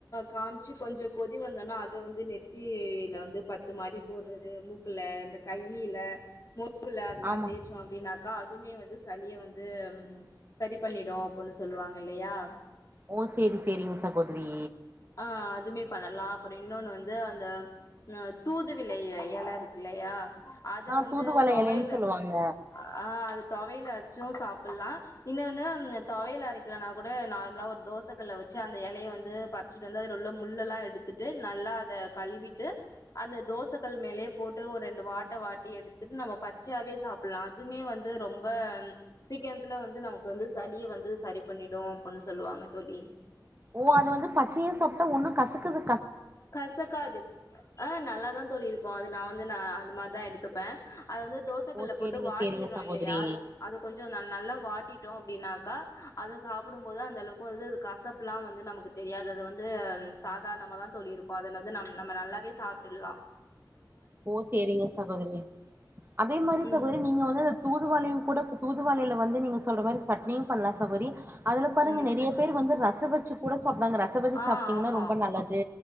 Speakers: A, on the left; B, on the right.
A: காமிச்சு கொஞ்சோ கொதி வந்தனோ அத வந்து நெத்தில பத்து மாரி போடுறது மூக்குல இந்த கையில முக்குல அதெல்லா
B: ஆமா
A: தேய்சோ அப்டினா கா அதுமே வந்து சளி வந்து உ சரி பண்ணிடு அப்டின்னு சொல்லுவாங்க. இல்லையா.
B: ஓ சேரி சேரிங்க சகோதரி
A: ஆ அதுமே பண்ணலா அப்றோ இன்னொன்னு வந்து அந்த தூது விலை எல இருக்கு இல்லையா. அத
B: ஆ
A: வந்து
B: தூதுவள
A: தொவயல்
B: எலைன்னு சொல்லுவாங்க
A: ஆ அது. தொவையல் அரச்சும் சாப்டலா இன்னொன்னு தொவயல் அரைக்கலனா கூட நார்மலா ஒரு தோச கல்ல வச்சு அந்த எலய வந்து ப. ச்சுட்டு வந்து அதுல உள்ள முள்ளல்லா எடுத்துட்டு நல்லா அத கழுவிட்டு அந்த தோச கல் மேலயே போட்டு ஒரு ரெண்டு வாட்ட வாட்டி எடுத்துட்டு நம்ம பச்சையாவே சாப்டலா அதுமே வந்து ரொம்ப சீக்கிரத்ல வந்து நமக்கு வந்து சளிய வந்து சரி பண்ணிடு அப்டின்னு சொல்லுவாங்க தோழி.
B: ஓ அத வந்து பச்சய சாப்ட்டா ஒன்னு கசுக்குது.
A: கசக்காது ஆ நல்லாதா தோழி இருக்கு. ஓ அது நா வந்து நா அந்த மாரிதா எடுத்துப்பே அத வந்து தோசைக்கல்ல
B: ஓ சேரிங்க
A: போட்டு வாட்டிறோ
B: சேரிங்க சகோதரி
A: இல்லையா அது அது கொஞ்சோ ந நல்லா வாட்டிட்டோ அப்டின்னாக்கா. அத சாப்டும் போது அந்த அளவுக்கு வந்து கசப்ல்லா வந்து நமக்கு தெரியாது அது வந்து சாதாரணமா தா தோழி இருக்கு அத வந்து நம் நம்ம நல்லாவே சாப்ட்டுல்லா
B: ஓ சேரிங்க சகோதரி அதே மாரி
A: ம்
B: சகோதரி நீங்க வந்து அந்த தூதுவாளையு கூட. தூதுவாளைய்ல வந்து நீங்க சொல்ற மாரி சட்னியு பண்லா சகோதரி. அதுல பாருங்க
A: ம்
B: நெறய பேர் வந்து ரச வச்சு கூட சாப்டுவாங்க ரச வச்சு
A: ஆ
B: சாப்ட்டீங்னா
A: ஆமா
B: ரொம்ப நல்லது